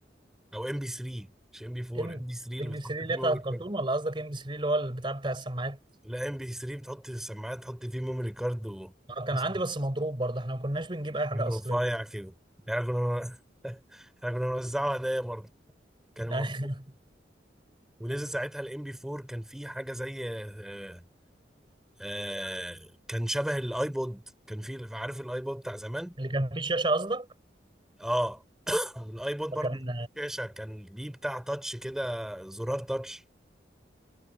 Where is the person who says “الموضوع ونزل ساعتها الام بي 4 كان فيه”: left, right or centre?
Centre